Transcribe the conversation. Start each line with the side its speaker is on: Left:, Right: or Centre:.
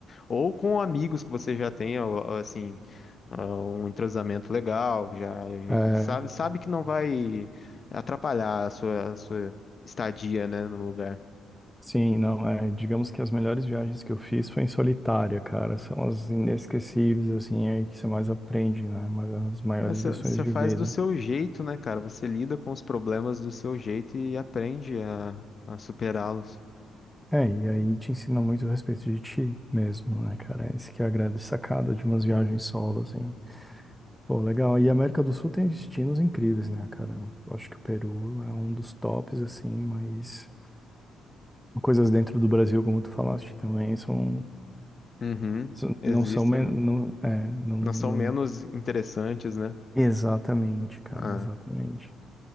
Left: ou com amigos que você já tenha, ou- ou, assim, ah, um entrosamento legal, já já
Centre: É,
Left: sabe, sabe que não vai atrapalhar a sua, a sua estadia, né, no lugar.
Centre: sim, não, é. Digamos que as melhores viagens que eu fiz foi em solitária, cara. São as inesquecíveis, assim, aí que você mais aprende, né? Mas as maiores
Left: É, Você
Centre: lições
Left: você
Centre: de
Left: faz
Centre: vida.
Left: do seu jeito, né, cara? Você lida com os problemas do seu jeito e aprende a, a superá-los.
Centre: É, e aí te ensina muito a respeito de ti mesmo, né, cara? Esse que é a grande sacada de umas viagens solo, assim. Pô, legal. E a América do Sul tem destinos incríveis, né, cara? Eu acho que o Peru é um dos tops, assim, mas coisas dentro do Brasil, como tu falaste também, são,
Left: Uhum.
Centre: são-
Left: Existem,
Centre: não são, men- não, é, não,
Left: não
Centre: não,
Left: são menos interessantes, né?
Centre: exatamente, cara,
Left: Ah,
Centre: exatamente.